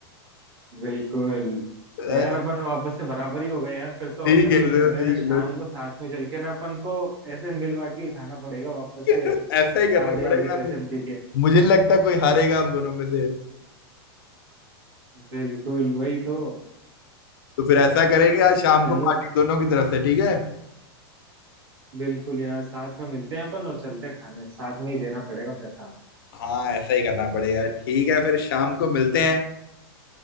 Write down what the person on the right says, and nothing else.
बिल्कुल
तो यार अपन वापस से बराबर ही हो गए यार फिर तो अब
मेरे
को लग
रहा
है
शाम
को साथ में चल के ना अपन को ऐसे मिल बांट के ही खाना पड़ेगा वापस
से
आधे
आधे पैसे
भी दिखे
बिल्कुल वही तो
चलो
बिल्कुल यार साथ में मिलते हैं अपन और चलते हैं खाने साथ में ही देना पड़ेगा पैसा